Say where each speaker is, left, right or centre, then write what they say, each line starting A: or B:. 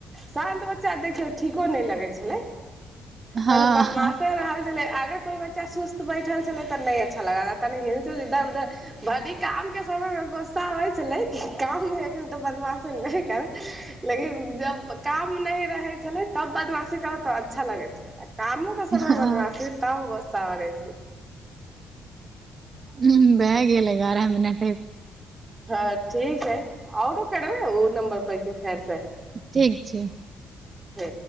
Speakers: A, on the right; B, on the right.
A: शान्त बच्चा देखियौ ठीक। लगै छलै
B: हँ
A: तनी बदमाशे रहल छलै आगे कोइ बच्चा। सुस्त बैठल छलै तऽ नहि अच्छा लग रह त हिलचु इर उधर भ काम के समय। हां होइ छलै काम ह बदव। माासी नहि कर लेकिन जब काम नहि रहै छलै तब बदमाशी करऽ त अच्छा लगै छै। आ कामो के समय
B: हँ
A: बनबा छै तब गोस्सा ब रहै छै।
B: हूं भै गेलै एगारह मिनट।
A: हँ ठीक है आओरो करबे ओ नम्बर पर के फेर से।
B: ठीक छै।
A: छै।